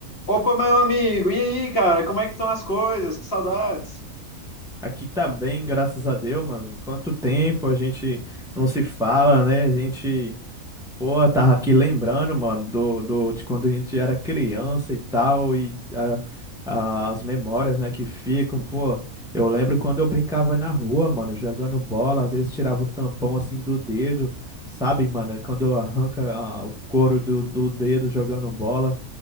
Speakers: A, on the left; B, in the centre.
A: Opa, meu amigo, e aí, cara, como é que estão as coisas? Que saudades!
B: Aqui tá bem, graças a Deus, mano. Quanto tempo a gente não se fala, né? A gente, pô, tava aqui lembrando, mano, do, do, de quando a gente era criança e tal, e a- a- as memórias, né, que ficam, pô. Eu lembro quando eu brincava na rua, mano, jogando bola, às vezes tirava o tampão assim do dedo, sabe, mano? Quando arranca ah, o couro do, do dedo jogando bola.